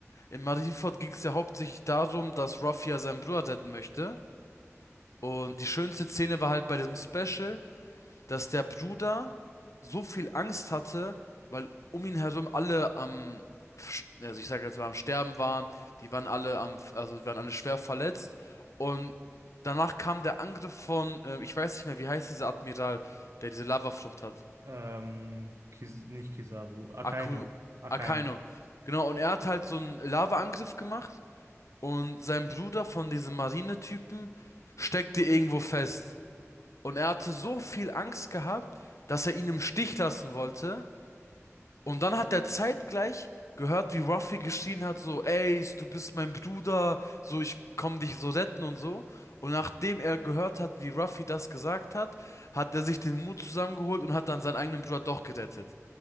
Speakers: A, on the left; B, on the right.
A: in Marineford ging es ja hauptsächlich darum, dass Ruffy ja seinen Bruder retten möchte. Und die schönste Szene war halt bei diesem Special, dass der Bruder so viel Angst hatte, weil um ihn herum alle am, also ich sage jetzt mal am Sterben waren, die waren alle am, also die waren alle schwer verletzt und danach kam der Angriff von, äh, ich weiß nicht mehr, wie heißt dieser Admiral, der diese Lavaflucht hat.
B: Ähm, Kis nicht Kizaru, Akainu.
A: Aku,
B: Akainu.
A: Akaino. Genau, und er hat halt so einen Lavaangriff gemacht und sein Bruder von diesem Marinetypen steckte irgendwo fest. Und er hatte so viel Angst gehabt, dass er ihn im Stich lassen wollte Und dann hat er zeitgleich gehört, wie Ruffy geschrien hat, so, Ace, du bist mein Bruder, so, ich komm dich so retten und so. Und nachdem er gehört hat, wie Ruffy das gesagt hat, hat er sich den Mut zusammengeholt und hat dann seinen eigenen Bruder doch gerettet.